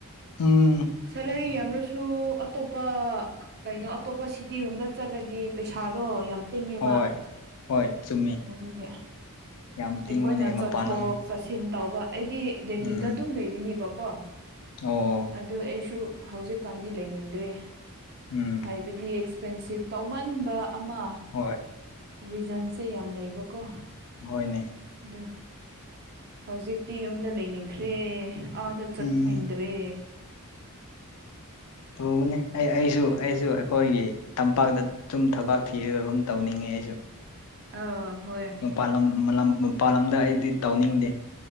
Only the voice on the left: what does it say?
ꯎꯝ
ꯍꯣꯏ ꯍꯣꯏ ꯆꯨꯝꯃꯤ
ꯌꯥꯝ
ꯇꯤꯡꯕꯅꯦ
ꯃꯄꯥꯟ ꯂꯝ
ꯎꯝ
ꯑꯣ
ꯎꯝ
ꯍꯣꯏ
ꯍꯣꯏꯅꯦ
ꯎꯝ ꯇꯧꯕꯅꯤ ꯑꯩ ꯑꯩꯁꯨ ꯑꯩꯁꯨ ꯑꯩꯈꯣꯏꯒꯤ ꯇꯝꯄꯥꯛꯇ ꯁꯨꯝ ꯊꯕꯥꯛ ꯊꯤꯔꯒ ꯑꯗꯨꯨꯝ ꯇꯧꯅꯤꯡꯉꯦ ꯑꯩꯁꯨ
ꯃꯄꯥꯥꯟ ꯂꯝ ꯃꯄꯥꯟ ꯂꯝꯗ ꯑꯩꯗꯤ ꯇꯧꯅꯤꯡꯗꯦ